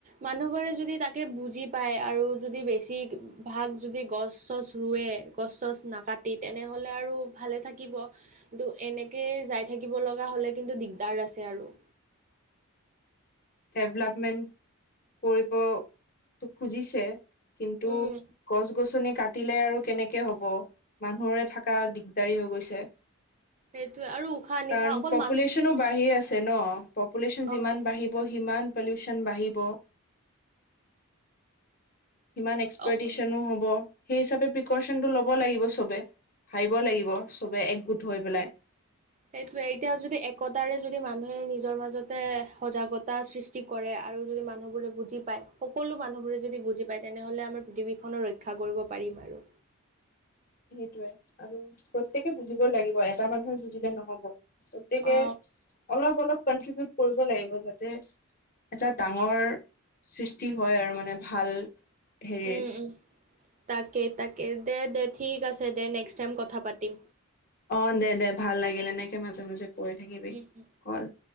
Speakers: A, on the right (about 35°); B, on the left (about 40°).
A: মানুহবোৰে যদি তাকে বুজি পায় আৰু যদি বেছিভাগ যদি গছ চছ ৰুৱে, গছ চছ নাকাটি তেনেহ'লে আৰু ভালে থাকিব, কিন্তু, এনেকে যাই থাকিব লগা হ'লে কিন্তু দিগদাৰ আছে আৰু
B: ডেভলপমেণ্ট কৰিবো খুজিছে, কিন্তু
A: উম,
B: গছ গছনি কাটিলে আৰু কেনেকে হব। মানুহৰে থকা দিগদাৰী হৈ গৈছে।
A: সেইটোৱে আৰু উশাহ নিশাহ
B: কাৰণ
A: অকল
B: পপুলেশচনো
A: মানুহ বুলি নহয়
B: বাঢ়ি আছে ন', পপুলেশ্যন
A: অ',
B: যিমান বাঢ়ি সিমান পলিউচন বাঢ়িব। সিমান এক্সপাৰটেশ্যনো
A: অকল
B: হ'ব। সেই হিচাপে প্ৰিকচনটো ল'ব লাগিব চবে, ভাবিব লাগিব চবে একগোট হৈ পেলাই।
A: সেইটোৱেই এতিয়া যদি একতাৰে যদি মানুহে নিজৰ মাজতে সজাগতা সৃষ্টি কৰে আৰু যদি মানুহবোৰে বুজি পায়, সকলো মানুহবোৰে যদি বুজি পায় তেনেহ'লে আমাৰ পৃথিৱীখনৰ ৰক্ষ ৰক্ষা কৰিব পাৰিম আৰু।
B: সেইটোয়ে আৰু প্ৰত্যকে বুজিবই লাগিব এটা মানুহে বুজিলে নহব। গতিকে,
A: অ
B: অলপ অলপ কনট্ৰিবউট কৰিব লাগিব যাতে এটা ডাঙৰ সৃষ্টি হয় আৰু মানে ভাল হেৰিৰ
A: উম তাকে, তাকে দে, দে ঠিক আছে দে নেক্সট টাইম কথা পাতিম।
B: অ', দে, দে ভাল লাগিলে এনেকে মাজে, মাজে কৰি থাকিবি
A: উম, উম,
B: কল